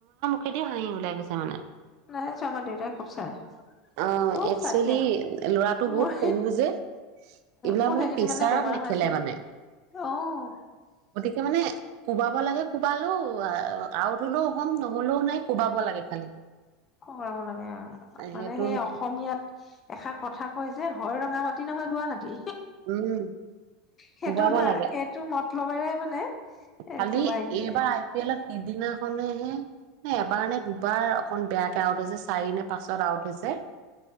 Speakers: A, on the right (about 60°); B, on the left (about 30°).
A: সেইটো হাঁহি ওলাই গৈছে মানে।
B: নাই চোৱা আমাৰ দেউতাই খুব চাই
A: অ
B: খুব
A: একচুৱেলি
B: চাই খেল
A: ল'ৰাটো
B: মোৰ
A: বহুত সৰু যে এইবিলাক
B: মোৰ
A: মানে
B: সেইকেইদিন
A: প্ৰেচাৰত
B: বেমাৰ
A: নেখেলে
B: হৈ আছিল
A: মানে।
B: অ'
A: গতিকে মানে কোবাব লাগে কোবালেও আউট হলেও হম নহলেও নাই কোবাব লাগে খালি।
B: অ '
A: সেইটো
B: মানে সেই অসমীয়াত এষাৰ কথা কয় যে হয় ৰঙা মাটি ৰঙামাটি নহয় গুৱাহাটী
A: উম
B: সেইটো
A: কোবাব
B: না
A: লাগে
B: সেইটো মতলবেৰে মানে এ
A: খালি
B: কোবাই দিয়ে
A: এই বাৰ আই পি এলত সিদিনাখনেহে নে এবাৰ নে দুবাৰ অকন বেয়াকে আউট হৈছে চাৰি নে পাছত আউট হৈছে।